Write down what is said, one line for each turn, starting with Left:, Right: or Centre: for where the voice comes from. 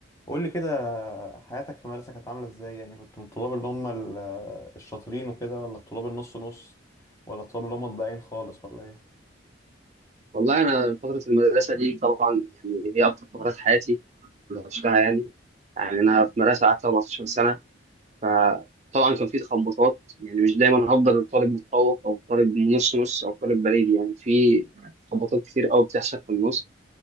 Left: قول لي كده حياتك في المدرسة كانت عاملة ازاي يعني كنت من الطلاب اللي هم ال- الشاطرين وكده ولا الطلاب النص نص ولا الطلاب اللي هم الضايعين خالص ولا ايه
Right: والله أنا فترة المدرسة دي طبعا يعني هي أكتر فترات حياتي اللي عشتها يعني يعني أنا في مدرسة قعدت 14 سنة فطبعا كان في تخبطات يعني مش دايما هفضل طالب متفوق أو طالب نص نص أو طالب بريد يعني في تخبطات كتير أوي بتحصل في النص